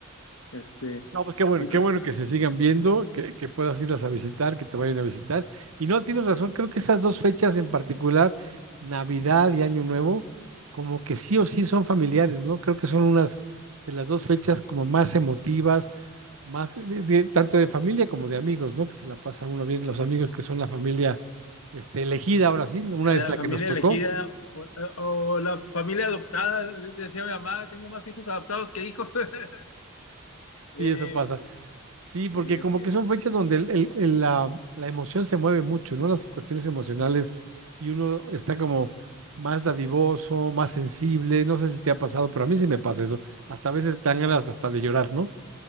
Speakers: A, on the left (about 75°); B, on the right (about 70°).
A: Este,
B: No, pues qué bueno,
A: yo creo,
B: qué bueno que se sigan viendo, que, que puedas irlas a visitar, que te vayan a visitar. Y no, tienes razón, creo que esas dos fechas en particular, Navidad y Año Nuevo, como que sí o sí son familiares, ¿no? Creo que son unas de las dos fechas como más emotivas, más de- de- tanto de familia como de amigos, ¿no? Que se la pasa uno bien, los amigos que son la familia este, elegida ahora sí, una
A: la
B: es la
A: familia
B: que nos tocó,
A: elegida o, o la familia adoptada, decía mi mamá, tengo más hijos adoptados que hijos. <laughs>
B: sí,
A: Eh,
B: eso pasa Sí, porque
A: Y así
B: como que
A: es.
B: son fechas donde el- el- el- la, la emoción se mueve mucho, ¿no? Las cuestiones emocionales y uno está como más dadivoso, más sensible, no sé si te ha pasado, pero a mí sí me pasa eso. Hasta a veces dan ganas hasta de llorar, ¿no?